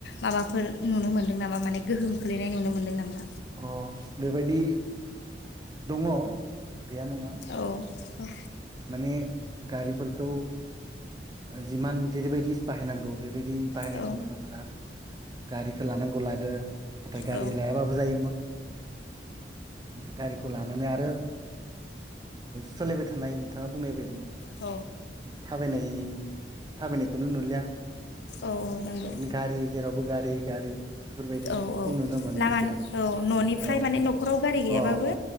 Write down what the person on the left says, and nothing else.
माबाफोर नुनो मोनदों नामा माने गोहोम खोलैनाय नुनो मोनदों नामा?
औ
औ
औ
औ
औ नंगौ
औ औ
लामा औ न'निफ्राय
माने न'खराव गारि गैयाबाबो